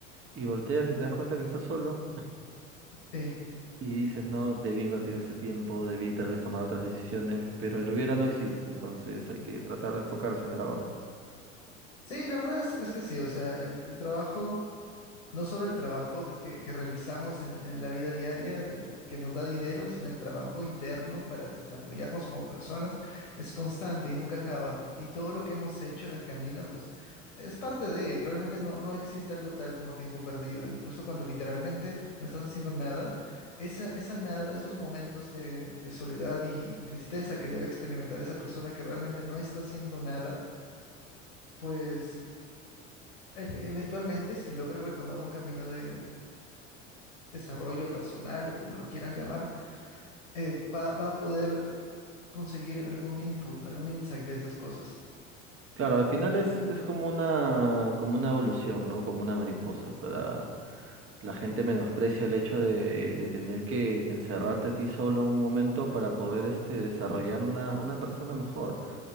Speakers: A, on the right; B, on the left.
A: y volteas y te das cuenta que estás solo
B: Sí,
A: y dices, no, debí invertir ese tiempo, debí tal vez tomar otras decisiones, pero el hubiera no existe, entonces hay que tratar de enfocarse en el ahora.
B: sí, la verdad es, es que sí, o sea, el, el trabajo. No solo el trabajo de- que, que realizamos en, en la vida diaria, de- que nos da dinero, sino el trabajo interno para desarrollarnos como personas es constante y nunca acaba. Y todo lo que hemos hecho en el camino, pues, es parte de, realmente no, no existe algo tal como tiempo perdido. Incluso cuando literalmente no estás haciendo nada, esa, esa nada, esos momentos de, de soledad y y tristeza que debe experimentar esa persona que realmente no está haciendo nada, pues... Efe- Eventualmente, si logra retomar un camino de, desarrollo personal o como lo quieran llamar, eh, va, va a poder conseguir algún input, algún insight de esas cosas.
A: Claro, al final es, es como una, como una evolución, ¿no? Como una mariposa. Para la gente menosprecia el hecho de, de tener que, que encerrarte a ti solo un momento para poder este, desarrollar una, una persona mejor.